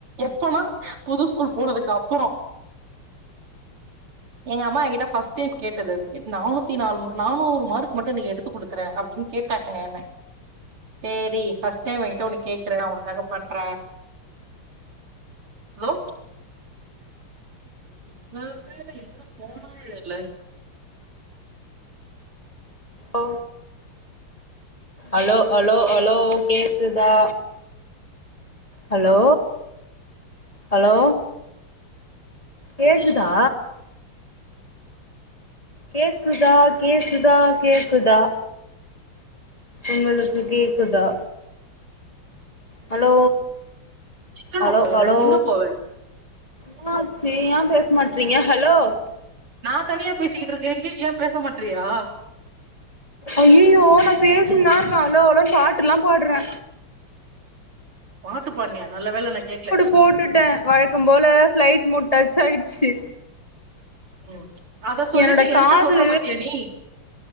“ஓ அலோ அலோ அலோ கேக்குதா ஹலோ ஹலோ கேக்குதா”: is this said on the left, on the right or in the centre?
Left